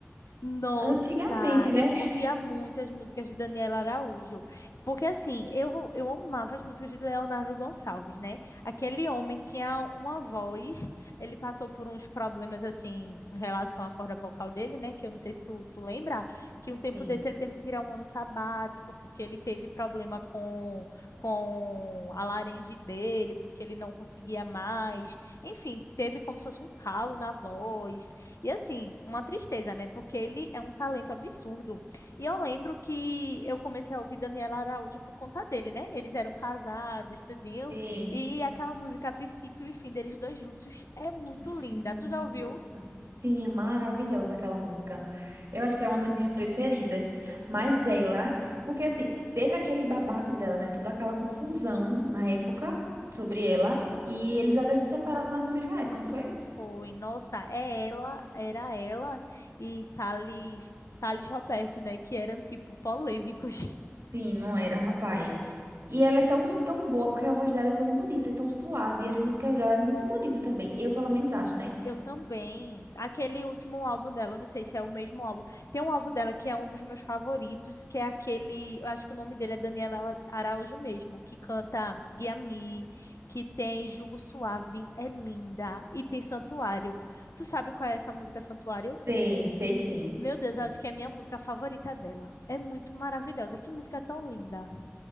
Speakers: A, on the left; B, on the right.
A: Nossa,
B: antigamente, né?
A: eu ouvia muito as músicas de Daniela Araújo, porque assim, eu, eu amava as músicas de Leonardo Gonçalves, né? Aquele homem tinha uma voz, ele passou por uns problemas assim em relação à corda vocal dele, né? Que eu não sei se tu, tu lembra, que um tempo
B: Sim,
A: desse ele teve que tirar um ano sabático, porque ele teve problema com, com a laringe dele, porque ele não conseguia mais, enfim, teve como se fosse um calo na voz, e assim, uma tristeza, né? Porque ele é um talento absurdo. E eu lembro que eu comecei a ouvir Daniela Araújo por conta dele, né? Eles eram casados, tudinho.
B: sim.
A: E aquela música, a princípio e fim deles dois juntos, é muito
B: Sim,
A: linda. Tu já ouviu?
B: nossa. Sim, é maravilhosa aquela música. Eu acho que é uma das minhas preferidas.
A: Nossa,
B: Mas ela, porque assim, teve aquele babado dela, né? Toda aquela confusão na
A: sim.
B: época sobre ela. E eles até se separaram nessa mesma época, não foi?
A: Foi, nossa, é ela, era ela e Thales, Thales Roberto, né? Que eram, tipo, polêmicos. <laughs>
B: Sim, não era, rapaz. E ela é tão, tão boa, porque a voz dela é tão bonita, é tão suave, e as músicas dela é muito bonita também. Eu, pelo menos, acho, né?
A: Eu também. Aquele último álbum dela, eu não sei se é o mesmo álbum. Tem um álbum dela que é um dos meus favoritos, que é aquele, eu acho que o nome dele é Daniela Araújo mesmo, que canta Guia Me, que tem Jugo Suave, é linda, e tem Santuário. Tu sabe qual é essa música Santuário?
B: Sei, sei sim.
A: Meu Deus, eu acho que é a minha música favorita dela. É muito maravilhosa. Que música tão linda.